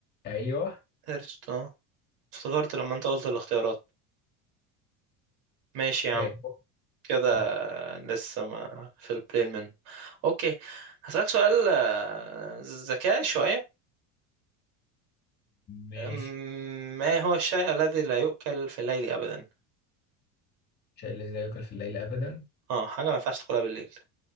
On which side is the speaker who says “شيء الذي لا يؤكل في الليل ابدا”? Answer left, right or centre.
Left